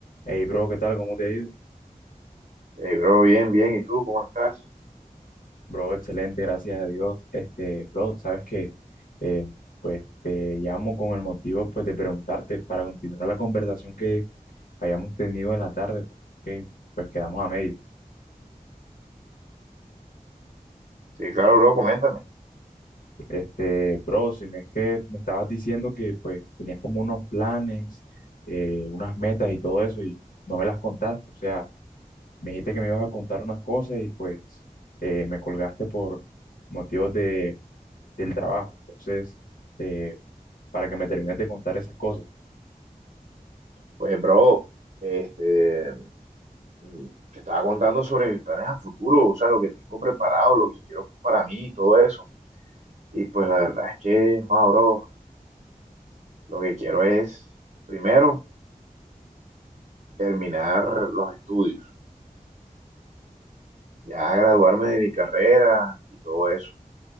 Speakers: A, on the left; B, on the right.
A: Hey, bro, ¿qué tal? ¿Cómo te ha ido?
B: Hey, bro, bien, bien. ¿Y tú cómo estás?
A: Bro, excelente, gracias a Dios. Este, bro, sabes que eh, pues te llamo con el motivo pues de preguntarte para continuar la conversación que habíamos tenido en la tarde, porque pues quedamos a medio.
B: Sí, claro, bro, coméntame.
A: Este, bro, si no es que me estabas diciendo que pues tenías como unos planes, eh, unas metas y todo eso y no me las contaste. O sea, me dijiste que me ibas a contar unas cosas y pues eh, me colgaste por motivos de del trabajo. Entonces, eh, para que me termines de contar esas cosas.
B: Pues, bro, este, mm, te estaba contando sobre mis planes a futuro, o sea, lo que tengo preparado, lo que quiero para mí y todo eso. Y pues la verdad es que, wow, bro, lo que quiero es, primero, terminar los estudios, ya graduarme de mi carrera y todo eso.